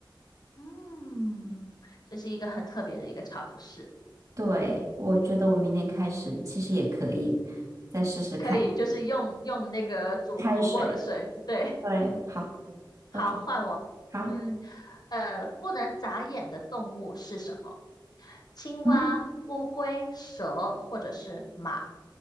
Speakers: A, on the left; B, on the right.
A: 嗯，这是一个很特别的一个尝试，
B: 对，我觉得我明天开始其实也可以再试试看
A: 可以就是用用那个煮煮过的水，
B: 开水。
A: 对，
B: 对，好
A: 好，
B: ，OK，
A: 换我，
B: 好
A: 嗯，呃，不能眨眼的动物是什么？青蛙、
B: 啊，
A: 乌龟、蛇或者是马？